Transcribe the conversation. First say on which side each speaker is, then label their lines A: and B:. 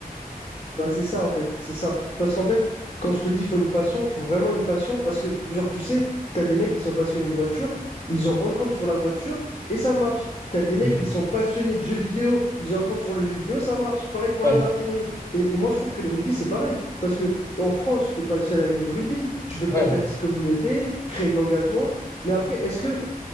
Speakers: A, on the left; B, on the left.
A: Bah, c'est ça en fait, c'est ça. Parce qu'en fait, quand je te dis faut une passion, faut vraiment une passion. Parce que, genre, tu sais, t'as des mecs qui sont passionnés de voiture, ils ont un compte sur la voiture et ça marche. T'as des mecs
B: Ok.
A: qui sont passionnés de jeux vidéo, ils ont un compte sur le jeu vidéo, ça marche. Pareil pour
B: Ouais,
A: la jardinerie. Et, et moi, je trouve que le rugby, c'est pareil. Parce que en France, t'es pas le seul à aimer le rugby. Tu peux
B: ouais,
A: te faire ta petite communauté, créer de l'engagement. Mais après, est-ce que